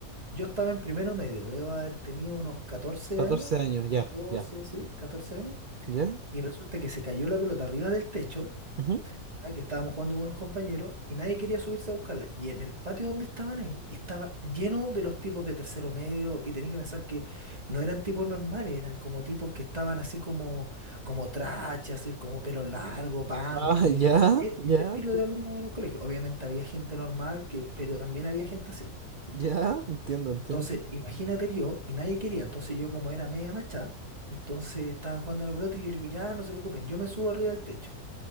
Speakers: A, on the right (about 25°); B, on the right (about 80°).
A: Yo estaba en primero medio, debo haber tenido unos catorce
B: catorce
A: años,
B: años, ya,
A: 14
B: ya,
A: sí, 14 años,
B: ya.
A: y resulta que se cayó la pelota arriba del techo
B: ujú.
A: ah, que estábamos jugando con unos compañeros y nadie quería subirse a buscarla. Y en el patio donde estaban ahí estaba lleno de los tipos de tercero medio y tenés que pensar que no eran tipos normales, eran como tipos que estaban así como, como trachas, así como pelo largo, punky.
B: Ah, ya,
A: E-
B: ya,
A: Ese estilo
B: sí.
A: de alumno había en el colegio. Obviamente había gente normal, que, pero también había gente así.
B: Ya, entiendo, entiendo.
A: Entonces, imagínate yo, y nadie quería. Entonces yo como era media macha, entonces estaban jugando a la pelota y yo le digo, ya, no se preocupen, yo me subo arriba del techo.